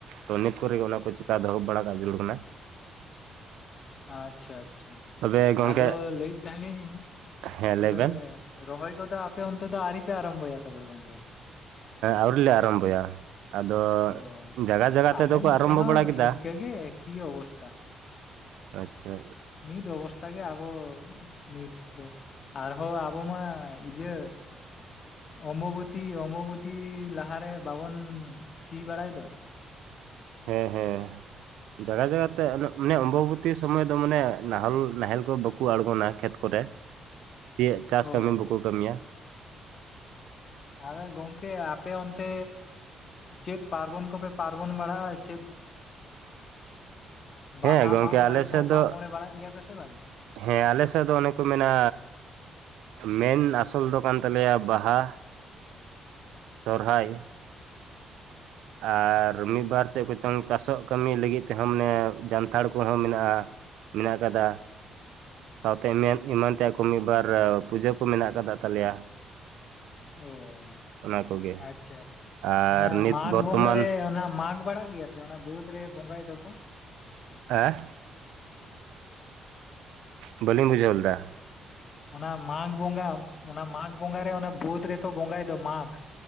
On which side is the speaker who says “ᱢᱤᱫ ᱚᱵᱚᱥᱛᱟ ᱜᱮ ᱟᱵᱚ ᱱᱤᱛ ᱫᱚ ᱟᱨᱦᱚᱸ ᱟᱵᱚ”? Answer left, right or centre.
Left